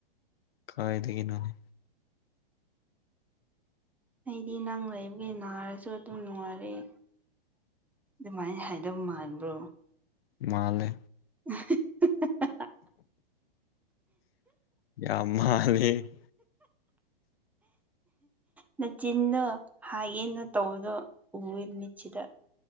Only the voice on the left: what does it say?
ꯀꯥꯏꯗ ꯀꯩꯅꯅꯦ
ꯃꯥꯂꯦ
ꯌꯥꯝ ꯃꯥꯂꯦ <unintelligible>